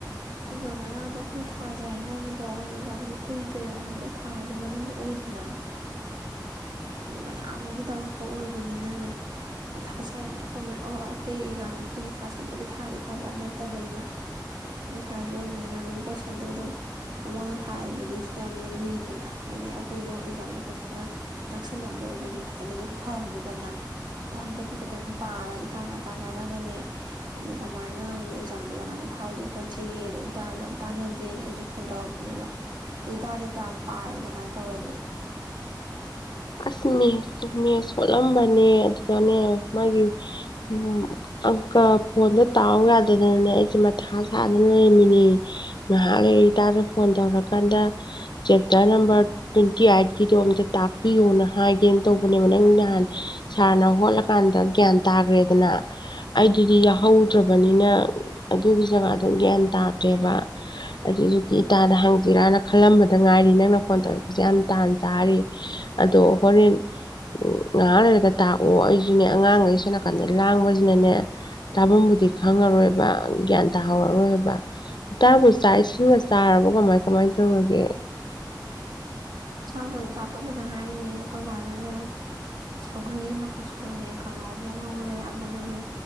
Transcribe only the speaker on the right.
ꯑꯦꯛꯖꯥꯝ ꯃꯌꯥꯝ ꯗ ꯊꯥꯁꯦ ꯍꯥꯏꯅꯕꯗꯣ ꯍꯧꯖꯤꯗꯤ ꯑꯦꯛ ꯌꯥꯝꯁ ꯀꯨꯏꯗ꯭ꯔꯦꯗꯅ ꯍꯟꯗꯛ ꯊꯥꯁꯤ ꯃꯅꯨꯡꯗ ꯑꯣꯏꯗꯅ ꯑꯗꯨ ꯃꯌꯥꯝꯒꯤ ꯇꯧꯔꯛ ꯄꯣ ꯑꯣꯏꯕꯅꯤꯅꯅꯦ ꯑꯊꯥ ꯁꯥꯏꯅꯤ ꯑꯈꯣꯏ ꯃ ꯑ ꯑ ꯑꯩꯈꯣꯏ ꯑꯦꯛꯖꯥꯝ ꯈꯨꯏꯒꯤ ꯀ꯭ꯂꯥꯁ ꯈꯛꯇꯒꯤ ꯊꯥꯔꯗꯤ ꯐꯕ ꯅꯠꯇꯕꯅꯤꯅ ꯃꯌꯥꯝꯒꯤ ꯊꯥꯔꯛꯄ ꯑꯣꯏꯕꯅꯤꯅ ꯑꯗꯨꯝ ꯀꯣꯏꯁꯟꯗꯣ ꯑꯗꯨꯝ ꯃꯃꯥꯡꯗ ꯊꯥꯔꯨꯕꯗꯨꯁꯨ ꯌꯥꯝꯅ ꯂꯨꯏꯗꯅ ꯍꯥꯏꯗꯤ ꯑꯩꯈꯣꯏꯗꯣ ꯑꯦꯛꯖꯥꯝꯗꯣ ꯐꯖꯅ ꯅꯛꯁꯟꯅꯕ ꯑꯣꯏꯕꯒꯤ ꯐꯖꯅꯁꯨ ꯐꯍꯥꯎꯗꯦꯗꯅ ꯗꯣ ꯍꯟꯗꯛꯇꯤ ꯈꯤꯇꯪ ꯄꯥꯔ ꯏꯇꯥꯒ ꯇꯥꯟꯅꯔꯒꯅꯦ ꯍꯥꯏꯗꯤ ꯀꯃꯥꯏꯅ ꯍꯥꯏꯗꯤ ꯑꯦꯛꯖꯥꯝꯁꯦ ꯀꯃꯥꯏꯅ ꯐꯥꯎꯁꯤ ꯈꯣꯠꯁꯤꯒꯦ ꯑꯗꯣ ꯏꯇꯥꯗ ꯇꯥꯟꯅꯖꯦꯅ ꯑꯩꯁꯨ ꯐꯣꯟ ꯇꯧꯔꯛꯄꯅꯦꯕ ꯗꯦꯇꯗꯤ ꯀꯌꯥꯝ ꯄꯥꯔꯒ ꯀꯃꯥꯏ ꯇꯧꯔꯒꯦ
ꯍꯤꯗꯥꯛ
ꯂꯩꯁꯥꯠ
ꯁꯤꯃ
ꯀꯃꯥꯏꯅ
ꯆꯥ ꯕꯣꯏ ꯆꯥ ꯇꯣꯛꯄꯗ ꯉꯥꯏ ꯌꯦ ꯈꯣꯏ ꯃꯥꯅꯥꯅꯦ ꯁꯧꯒꯔꯤ ꯑꯃ ꯀꯣꯁꯣ ꯗꯣꯡꯉꯦ ꯈꯪꯉꯧ ꯃꯨꯉꯧꯔꯦ ꯑꯃꯅꯅꯦ